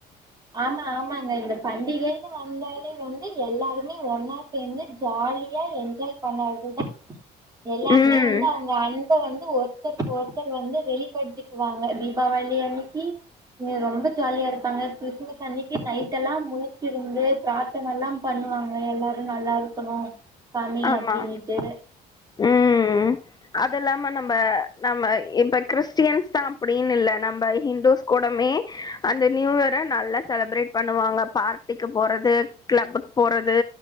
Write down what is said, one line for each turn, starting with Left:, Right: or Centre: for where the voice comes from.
Right: ஆமா ஆமாங்க இந்த பண்டிகைன்னு வந்தாலே வந்து எல்லாருமே ஒன்னா சேந்து ஜாலியா என்ஜாய் பண்ணற்துதா எல்லாருமே
Left: ம்
Right: வந்து அவ்ங்க அன் ப வந்து ஒருத்தருக்கு ஒருத்தர் வந்து வெளிப்படுத்திக்குவாங்க தீபாவளி அன்னிக்கி இங்க ரொம்ப ஜாலியா இருப்பாங்க கிறிஸ் மஸ் அன்னிக்கு நைட்டெல்லா முழிச்சிருந்து பிராத்தனலா பண்ணுவாங்க எல்லாரு நல்லா இருக்கணு சாமி
Left: ஆமா
Right: அப்டினுட்டு
Left: ம் அதில்லாம நம்ப நம்ம இப்ப கிறிஸ்டியன்ஸ்தா அப்புடின் இல்ல நம்ம ஹிந்டூஸ் கூடமே அந்த நியூயர நல்லா செலப்ரேட் பண்ணுவாங்க பார்ட்டிக்கு போறது கிளப்புக் போறது